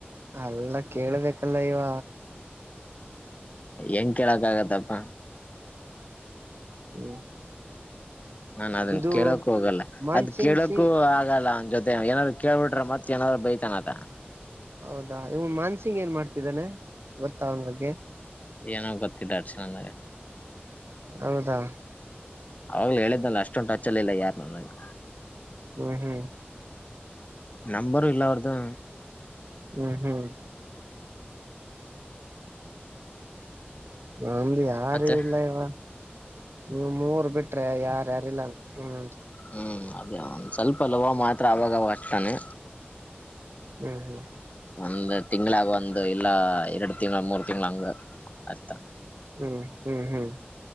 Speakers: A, on the right; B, on the left.
A: ಅಲ್ಲ ಕೇಳ್ಬೇಕಲ್ಲ ಇವ
B: ಹೆಂಗ ಕೇಳಕ್ ಆಗತ್ತಪ್ಪ
A: ಹ್ಮ್
B: ನನ್ ಅದನ್ನ
A: ಇದು
B: ಕೇಳಕ್ ಹೋಗಲ್ಲ
A: ಮಾನ್ಸಿಂಗ್
B: ಅದ ಕೇಳಕ್ಕೂ
A: ಸಿಂಗ್
B: ಆಗಲ್ಲ ಅವನ್ ಜೊತೆ ಏನಾರರು ಕೇಳ್ಬಿಟ್ರೆ ಮತ್ತತ್ ಏನಾದ್ರು ಬೈತಾನದ
A: ಹೌದಾ ಇವ್ ಮಾನ್ಸಿಂಗ್ ಏನ್ ಮಾಡ್ತಿದ್ದಾನೆ ಗೊತ್ತ ಅವನ್ ಬಗ್ಗೆ
B: ಏನೋ ಗತ್ತಿಲ್ಲಾಚ ನನ್ನಗೆ
A: ಹೌದಾ
B: ಅವಾಗ್ಲ ಹೇಳಿದ್ನಲ್ಲ ಅಷ್ಟೊಂದು ಟಚ್ಲ್ಲಿ ಇಲ್ಲ ಯಾರು ನನಗೆ
A: ಹ್ಮ್ ಹ್ಮ್
B: ನಂಬರು ಎಲ್ಲ ಅವ್ರದಾ
A: ಹ್ಮ್ ಹ್ಮ್ ನಮ್ದ ಯಾರು
B: ಮತ್ತೆ
A: ಇಲ್ಲ ಇವ ನೀವು ಮೂರ್ ಬಿಟ್ರೆ ಯಾರ್ಯಾರು ಇಲ್ಲ ಹ್ಮ
B: ಹ್ಮ್ ಅದೇ ಒಂದ್ ಸ್ವಲ್ಪ ಲವ ಮಾತ್ರ ಅವಾಗವ ಅಷ್ಟತಾನೆ
A: ಹ್ಮ್ ಹ್ಮ್
B: ಒಂದು ತಿಂಗಳಾಗ ಒಂದು ಇಲ್ಲ ಎರಡು ತಿಂಳ ಮೂರ್ ತಿಂಳ ಹಂಗ ಹಚ್ತ
A: ಹ್ಮ್ ಹ್ಮ್ ಹ್ಮ್